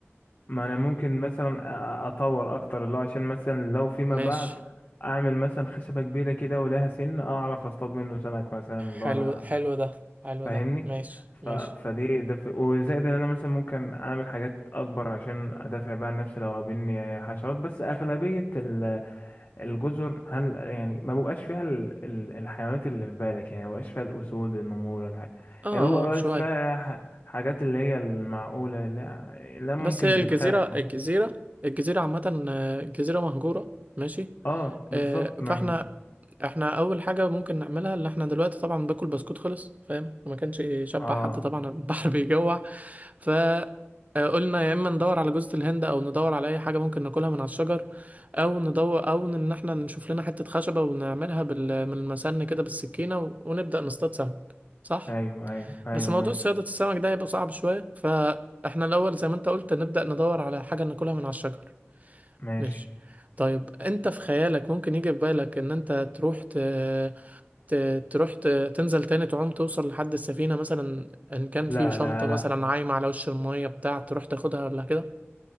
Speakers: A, on the left; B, on the right.
A: ما انا ممكن مثلا أ- أ- اطور اكتر اللي هو عشان مثلا لو فيما
B: ماشي
A: بعد اعمل مثلا خشبة كبيرة كده ولها سن اعرف اصطاد منه سمك مثلا اللي
B: حلو
A: هو انا
B: حلو ده حلو
A: فاهمني
B: ده ماشي
A: ف...
B: ماشي
A: فدي ده في... وزائد ان انا مثلا ممكن اعمل حاجات اكبر عشان ادافع بقى عن نفسي لو قابلني حشرات بس اغلبية ال... الجزر هل يعني ما بيبقاش فيها ال... ال... الحيوانات اللي في بالك يعني ما بيبقاش فيها الأسود النمور الحاجة
B: اه
A: يعني بيبقى
B: اه شوية
A: بس فيها ح... حاجات اللي هي المعقولة لا لا ممكن
B: بس هي الجزيرة
A: بتخاف
B: الجزيرة الجزيرة عامة آه، الجزيرة مهجورة ماشي
A: اه بالظبط
B: آه،
A: ما
B: فاحنا
A: أنا...
B: احنا اول حاجه ممكن نعملها اللي احنا دلوقتي طبعا باكل بسكوت خلص فاهم وما كانش يشبع
A: اه
B: حد طبعا البحر <laughs> بيجوع ف آه، قلنا يا اما ندور على جوزة الهند او ندور على اي حاجه ممكن ناكلها من على الشجر او ندور او ان احنا نشوف لنا حته خشبه ونعملها بال... من المسن كده بالسكينه و... ونبدا نصطاد سمك صح
A: ايوه ايوه ايوه
B: بس موضوع
A: ماشي
B: صياده السمك ده هيبقى صعب شويه فاحنا الاول زي ما انت قلت نبدا ندور على حاجه ناكلها من على الشجر
A: ماشي
B: ماشي طيب انت في خيالك ممكن يجي في بالك ان انت تروح ت... ت... تروح ت... تنزل تاني تعوم توصل لحد السفينة مثلا ان كان
A: لا
B: في شنطة
A: لا لا
B: مثلا عايمة على وش المية بتاع تروح تاخدها ولا كده